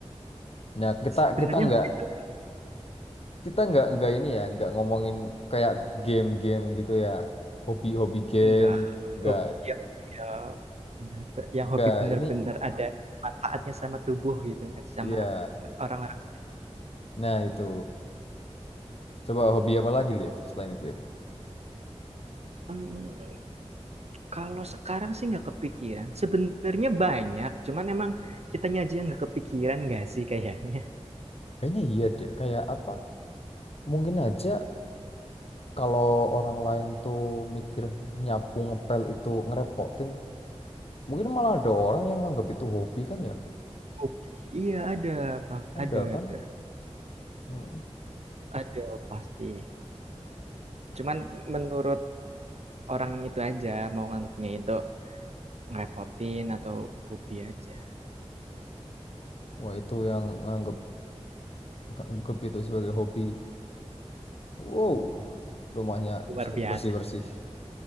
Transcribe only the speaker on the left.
Nah, kita
kita nggak
kita nggak nggak ini ya, nggak ngomongin kayak game-game gitu ya, hobi-hobi game,
nggak
nggak
ini
iya.
Nah, itu. Coba hobi apa lagi lift selain itu lift?
Kayaknya iya deh, kayak apa? Mungkin aja kalau orang lain tuh mikir nyapu ngepel itu ngerepotin, mungkin malah ada orang yang nganggap itu hobi kan ya?
Ada
kan?
Hmm.
Wah itu yang nganggep nganggep itu sebagai hobi. Wow, rumahnya
bersih-bersih.